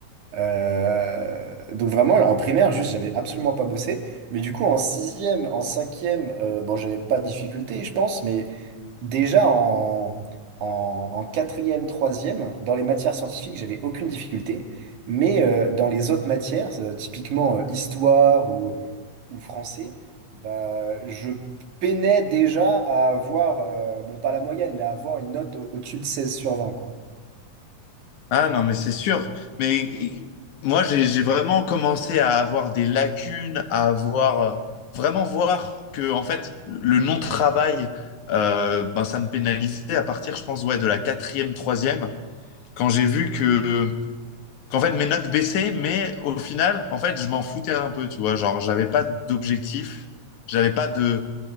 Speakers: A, on the right; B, on the left.
A: Euh, donc vraiment, en primaire, juste, j'avais absolument pas bossé. Mais du coup, en sixième, en cinquième, euh, bon, j'avais pas de difficulté, je pense, mais Déjà en, en, en quatrième, troisième, dans les matières scientifiques, j'avais aucune difficulté, mais euh, dans les autres matières, euh, typiquement euh, histoire ou, euh, ou français, bah, je peinais déjà à avoir, euh, bon pas la moyenne, mais à avoir une note au- au-dessus de 16 sur 20, quoi.
B: Ah non, mais c'est sûr. Mais i- moi, j'ai j'ai vraiment commencé à avoir des lacunes, à avoir euh, vraiment voir que en fait le non-travail, euh, ben, ça me pénalisait à partir, je pense, ouais, de la quatrième, troisième, quand j'ai vu que qu'en fait mes notes baissaient, mais au final, en fait, je m'en foutais un peu, tu vois, genre j'avais pas d'objectif, j'avais pas de,